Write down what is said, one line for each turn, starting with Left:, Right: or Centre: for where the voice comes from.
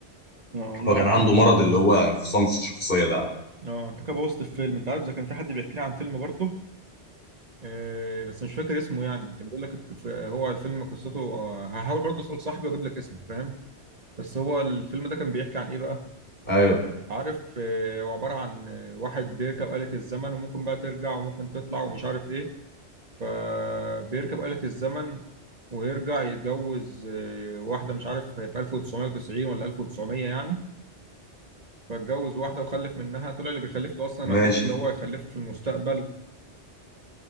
Right: اه الله
Left: هو كان
Right: عليك
Left: عنده
Right: أنت
Left: مرض
Right: كده
Left: اللي هو انفصام في الشخصية ده
Right: اه انت كده بوظت الفيلم انت عارف ده كان في حد بيحكي لي عن فيلم برضه آه بس مش فاكر اسمه يعني كان بيقول لك الك- هو الفيلم قصته آه هحاول برضه اسال صاحبي واجيب لك اسمه فاهم بس هو الفيلم ده كان بيحكي عن ايه بقى
Left: أيوه
Right: عارف آه، هو عباره عن آه، واحد بيركب آلة الزمن وممكن بقى ترجع وممكن تطلع ومش عارف ايه فبيركب آلة الزمن ويرجع يتجوز آه، واحدة مش عارف في 1990 ولا 1900 يعني فاتجوز واحدة وخلف منها طلع اللي بيخلف له أصلا
Left: ماشي
Right: أبوه اللي هو هيخلفه في المستقبل